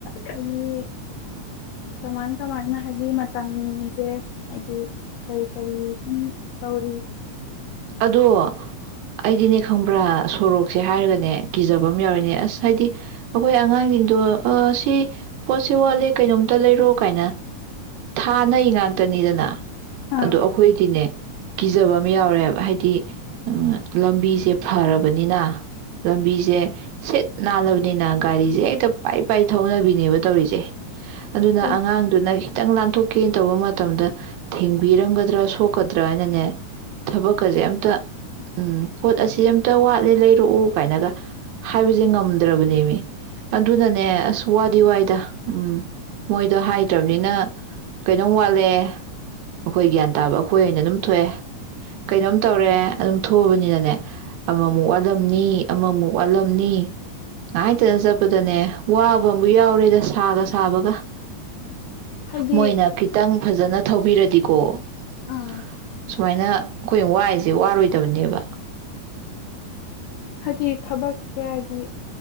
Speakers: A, on the left (about 85°); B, on the right (about 75°).
A: ꯍꯥꯏꯗꯤ ꯀꯃꯥꯏꯅ ꯀꯃꯥꯏꯅ ꯍꯥꯏꯗꯤ ꯃꯇꯝꯁꯦ ꯍꯥꯏꯗꯤ ꯀꯔꯤ ꯀꯔꯤ ꯁꯨꯝ ꯇꯧꯔꯤ
B: ꯑꯗꯣ ꯑꯩꯗꯤꯅꯦ ꯈꯪꯕ꯭ꯔꯥ ꯁꯣꯔꯣꯛꯁꯦ ꯍꯥꯏꯔꯒꯅꯦ ꯀꯤꯖꯕ ꯑꯃ ꯌꯥꯎꯔꯤꯅꯦ ꯑꯁ ꯍꯥꯏꯗꯤ ꯑꯩꯈꯣꯏ ꯑꯉꯥꯡꯁꯤꯡꯗꯣ ꯁꯤ ꯄꯣꯠꯁꯦ ꯋꯥꯠꯂꯦ ꯀꯩꯅꯣꯝꯇ ꯂꯩꯔꯣ ꯀꯥꯏꯅ ꯊꯥꯅꯩ ꯉꯥꯛꯇꯅꯤꯗꯅ ꯑ
A: ꯑꯥ
B: ꯑꯩꯈꯣꯏꯗꯤꯅꯦ ꯀꯤꯖꯕ ꯑꯃ ꯌꯥꯎꯔꯦꯕ ꯍꯥꯏꯗꯤ ꯂꯝꯕꯤꯁꯦ ꯐꯔꯕꯅꯤꯅ ꯂꯝꯕꯤꯁꯦ ꯁꯤꯠ ꯅꯥꯜꯂꯕꯅꯤꯅ ꯒꯥꯔꯤꯁꯦ ꯍꯦꯛꯇ ꯄꯥꯏ ꯄꯥꯏ ꯊꯧꯅꯕꯤꯅꯦꯕ ꯇꯧꯔꯤꯁꯦ ꯑꯗꯨꯅ
A: ꯍꯣꯏ
B: ꯑꯉꯥꯡꯗꯨꯅ ꯈꯤꯇꯪ ꯂꯥꯟ ꯇꯣꯛꯀꯦꯅ ꯇꯧꯕ ꯃꯇꯝꯗ ꯊꯤꯡꯕꯤꯔꯝꯒꯗ꯭ꯔꯥ ꯁꯣꯛꯀꯗ꯭ꯔꯥ ꯍꯥꯏꯅꯅꯦ ꯊꯕꯛꯀꯁꯦ ꯑꯝꯇ ꯎꯝ ꯄꯣꯠ ꯑꯁꯤ ꯑꯝꯇ ꯋꯥꯠꯂꯦ ꯂꯩꯔꯛꯎ ꯀꯥꯏꯅꯒ ꯍꯥꯏꯕꯁꯦ ꯉꯝꯗ꯭ꯔꯕꯅꯦꯃꯤ ꯑꯗꯨꯅꯅꯦ ꯑꯁ ꯋꯥꯗꯤ ꯋꯥꯏꯗ ꯎꯝ ꯃꯣꯏꯗꯣ ꯍꯥꯏꯗ꯭ꯔꯕꯅꯤꯅ ꯀꯩꯩꯅꯣꯝ ꯋꯥꯠꯂꯦ ꯑꯩꯈꯣꯏ ꯒ꯭ꯌꯥꯟ ꯇꯥꯕ ꯑꯩꯈꯣꯏ ꯑꯣꯏꯅ ꯑꯗꯨꯝ ꯊꯣꯛꯑꯦ ꯀꯩꯅꯣꯝ ꯇꯧꯔꯦ ꯑꯗꯨꯝ ꯊꯣꯛꯑꯕꯅꯤꯅꯅꯦ ꯑꯃꯃꯨꯛ ꯋꯥꯠꯂꯝꯅꯤ ꯑꯃꯃꯨꯛ ꯋꯥꯠꯂꯝꯅꯤ ꯉꯍꯥꯏꯇꯅ ꯆꯠꯄꯗꯅꯦ ꯋꯥꯕ ꯑꯃ ꯌꯥꯎꯔꯦꯗ ꯁꯥꯒ ꯁꯥꯕꯒ
A: ꯍꯥꯏꯗꯤ
B: ꯃꯣꯏꯅ ꯈꯤꯇꯪ ꯐꯖꯅ ꯊꯧꯕꯤꯔꯗꯤꯀꯣ
A: ꯑꯥ
B: <inaudible> ꯁꯨꯃꯥꯏꯅ ꯑꯩꯈꯣꯏ ꯋꯥꯏꯁꯦ ꯋꯥꯔꯣꯏꯗꯕꯅꯦꯕ
A: ꯍꯥꯏꯗꯤ ꯊꯕꯛꯁꯦ ꯍꯥꯏꯗꯤ